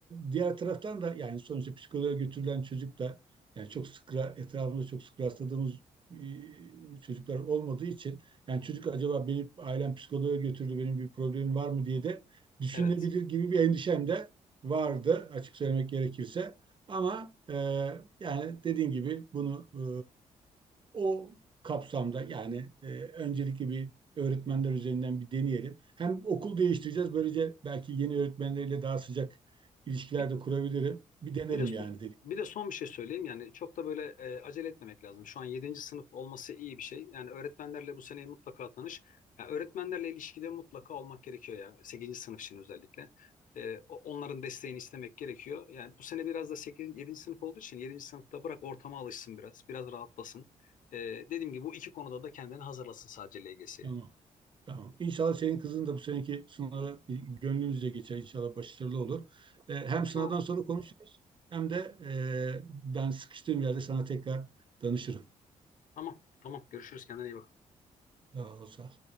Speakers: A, on the right; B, on the left.
A: Diğer taraftan da yani sonuçta psikoloğa götürülen çocuk da yani çok sık etrafımızda çok sık rastladığımız e, çocuklar olmadığı için yani çocuk acaba benim ailem psikoloğa götürdü benim bir problemim var mı diye de düşünebilir
B: Evet.
A: gibi bir endişem de vardı açık söylemek gerekirse. Ama e, yani dediğin gibi bunu e, o kapsamda yani e, öncelikli bir öğretmenler üzerinden bir deneyelim. Hem okul değiştireceğiz böylece belki yeni öğretmenleriyle daha sıcak ilişkiler
B: Bir,
A: de kurabilirim. Bir denerim
B: Bir de son,
A: yani dedik.
B: bir de son bir şey söyleyeyim yani çok da böyle e, acele etmemek lazım. Şu an yedinci sınıf olması iyi bir şey. Yani öğretmenlerle bu seneyi mutlaka tanış. Yani öğretmenlerle ilişkide mutlaka olmak gerekiyor ya sekizinci sınıf için özellikle. E, o- onların desteğini istemek gerekiyor. Yani bu sene biraz da 8, yedinci sınıf olduğu için yedinci sınıfta bırak ortama alışsın biraz, biraz rahatlasın. E, dediğim gibi bu iki konuda da kendini hazırlasın sadece LGS'ye.
A: Tamam. Tamam. İnşallah senin kızın da bu seneki sınava gönlünüzce geçer. İnşallah başarılı olur. Ee, hem
B: İnşallah.
A: sınavdan sonra konuşuruz hem de e, ben sıkıştığım yerde sana tekrar danışırım.
B: Tamam, tamam. Görüşürüz. Kendine iyi bak.
A: Sağ ol, sağ ol.